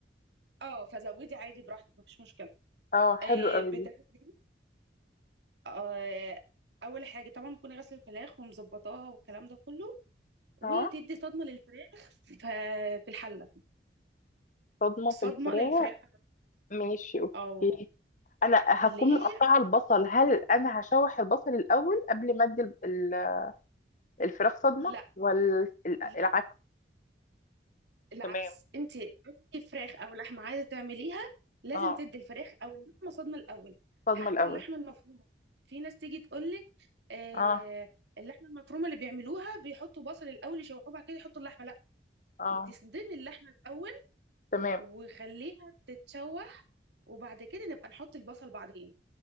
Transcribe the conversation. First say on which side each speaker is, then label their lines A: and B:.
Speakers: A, on the right; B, on the left.
A: اه فزودي عادي براحتك مفيش مشكله
B: اه
A: آه
B: حلو قوي
A: بتاخدي
B: دي
A: آه، اول حاجه طبعا بكون غسل الفراخ ومظبطاها والكلام ده كله وتدي
B: اه
A: صدمه للفراخ ف- في الحله
B: صدمة
A: صدمه
B: في الفراخ
A: للفراخ
B: ماشي اوكي
A: اه
B: انا هكون
A: ليه
B: مقطعة البصل هل انا هشوح البصل الاول قبل ما ادي ال- ال- الفراخ صدمة
A: لا
B: ولا ال-
A: لا
B: العكس
A: العكس
B: تمام
A: انت اي فراخ او لحمه عايزه تعمليها لازم
B: اه
A: تدي الفراخ او اللحمه صدمه الاول
B: صدمة
A: حتى
B: الاول
A: اللحمه المفرومه في ناس تيجي تقول لك آه
B: اه
A: اللحمه المفرومه اللي بيعملوها بيحطوا بصل الاول يشوحوه بعد كده يحطوا اللحمه لا
B: اه
A: انت صدمي اللحمه الاول
B: تمام
A: وخليها تتشوح وبعد كده نبقى نحط البصل بعدين